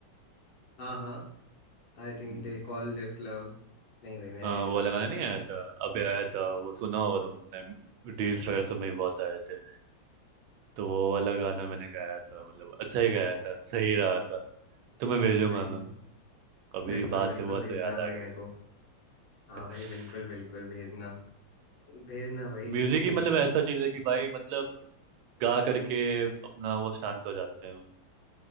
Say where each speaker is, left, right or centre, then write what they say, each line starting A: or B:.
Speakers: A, on the left (about 85°); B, on the right (about 80°).
A: हाँ हाँ I think
B: हम्म,
A: they call this love नहीं भाई मैंने
B: हाँ,
A: नहीं
B: वो
A: सुना
B: लगाना
A: है वो
B: नहीं
A: गाना
B: आया था अभी आया था वो सुना होगा तुमने डील्स वगैरह सब में बहुत आए थे तो वो वाला गाना मैंने गाया था मतलब अच्छा ही गाया था सही रहा था तुम्हें
A: अब
B: भेजूंगा
A: भाई
B: मैं अभी
A: बिल्कुल
B: बात
A: बिल्कुल
B: हुआ
A: भेजना
B: तो याद आ
A: भाई मेरे
B: गया
A: को हाँ
B: <laughs>
A: भाई बिल्कुल बिल्कुल भेजना भेजना भाई
B: म्यूजिक ही
A: मेरे
B: मतलब
A: को
B: ऐसा चीज है कि भाई मतलब गा करके अपना वो शांत हो जाते हैं